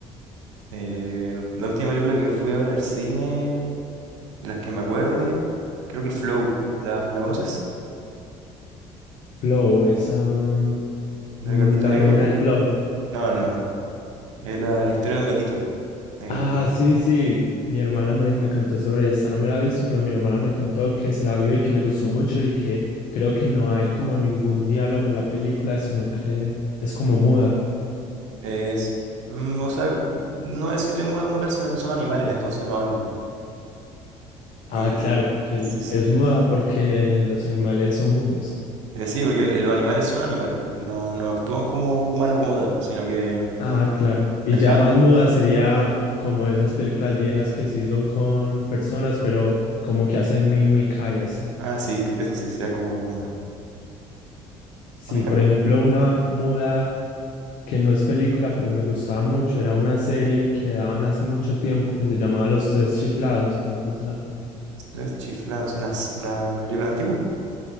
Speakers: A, on the right; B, on the left.
A: eh, la última película que fui a ver al cine, de las que me acuerde, creo que es Flow. ¿La, la conoces?
B: Flow, esa, mm,
A: ¿Del
B: mm,
A: gatito
B: la
A: negro?
B: reina del flow.
A: No, no, no. Es la, la historia de un gatito negro.
B: Ah, sí, sí, mi hermana me, me contó sobre esa, no me la ha visto, pero mi hermana me contó que se la vio y que le gustó mucho y que creo que no hay como ningún diálogo en la película, sino que es como muda.
A: Es, mm, o sea, no decirle muda como tal, sino que son animales, entonces no hablan.
B: Ah,
A: Y
B: claro, porque
A: sí,
B: el-
A: sí.
B: es muda porque los animales son mudos.
A: Eh, sí, porque el- los animales son animales, pues, no, no actúan como humanos como tal, sino que
B: Ah, claro. Y
A: el
B: ya
A: gato.
B: más muda sería como esas películas viejas que sí son con personas, pero como que hacen mímica y así.
A: Ah, sí, que- eso sí, sería como muda.
B: Sí,
A: Hay una
B: por ejemplo, una muda que no es película, pero me gustaba mucho, era una serie que daban hace mucho tiempo que se llamaba Los Tres Chiflados. No sé si la conoces.
A: tres chiflados, una, s- una película antigua.